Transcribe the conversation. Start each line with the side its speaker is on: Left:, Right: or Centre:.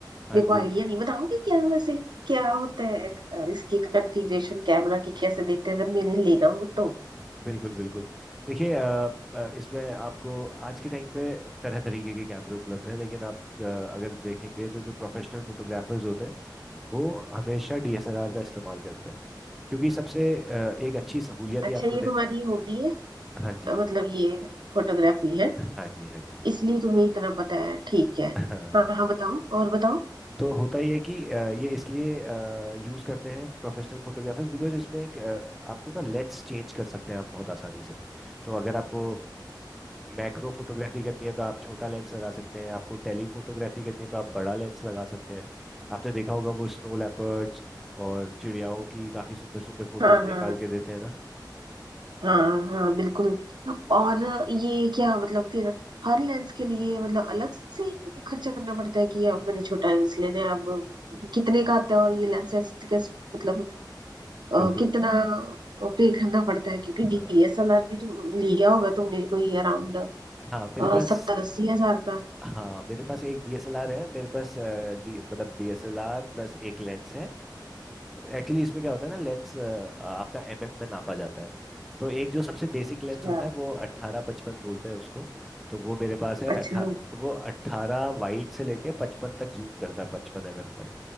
Centre: हाँ
Right: मेरे
Centre: जी
Right: को आइडिया नहीं बताओगे क्या वैसे क्या होता है अ, इसकी कॉन्फ़िगरेशन कैमरा की कैसे देखते हैं अगर मैंने लेना हो तो
Centre: बिल्कुल बिल्कुल देखिए अ, अ, इसमें आपको आज के टाइम पे तरह तरीके के कैमरे उपलब्ध हैं लेकिन आप अ, अगर देखेंगे तो जो प्रोफेशनल फोटोग्राफर्स होते हैं वो हमेशा डीएसएलआर का इस्तेमाल करते हैं क्योंकि सबसे अ, एक अच्छी सहूलियत
Right: अच्छा
Centre: ही आपको
Right: ये तुम्हारी हॉबी है
Centre: हाँ जी
Right: मतलब ये फोटोग्राफी है
Centre: हाँ जी हाँ जी
Right: इसलिए तुम्हें इतना पता है ठीक है
Centre: हाँ
Right: हाँ हाँ बताओ और बताओ
Centre: तो होता ही है कि अ, ये इसलिए यूज़ करते हैं प्रोफेशनल फोटोग्राफर्स बिकॉज इसमें एक अ, आपको ना लेंस चेंज कर सकते हैं आप बहुत आसानी से तो अगर आपको मैक्रो फोटोग्राफी करनी है तो आप छोटा लेंस लगा सकते हैं आपको टेली फोटोग्राफी करनी है तो आप बड़ा लेंस लगा सकते हैं आपने देखा होगा वो स्नो लेपर्ड्स और चिड़ियाओं की काफ़ी सुंदर सुंदर फोटोज
Right: हाँ
Centre: निकाल
Right: हाँ
Centre: के देते हैं ना
Right: हाँ हाँ बिल्कुल और ये क्या मतलब फिर हर लेंस के लिए मतलब अलग से ही खर्चा करना पड़ता है कि अब मैंने छोटा लेंस लेना है अब कितने का आता है और ये लेंसेज कैसे मतलब अ,
Centre: बिल्कुल
Right: कितना पे करना पड़ता है क्योंकि
Centre: हाँ
Right: डीएसएलआर भी तुम लिया होगा तुमने कोई अराउंड
Centre: हाँ मेरे पास
Right: सत्तर अस्सी हजार का
Centre: हाँ मेरे पास एक डीएसएलआर है मेरे पास अ, डी मतलब डीएसएलआर प्लस एक लेंस है एक्चुअली इसमें क्या होता है ना लेंस आपका एमएम में नापा जाता है तो एक जो सबसे बेसिक लेंस
Right: अच्छा
Centre: होता है वो अट्ठारह पचपन बोलते हैं उसको तो वो मेरे पास है
Right: अच्छा
Centre: अट्ठा तो वो अट्ठारह वाइड से लेके पचपन तक जूम करता है पचपन एमएम तक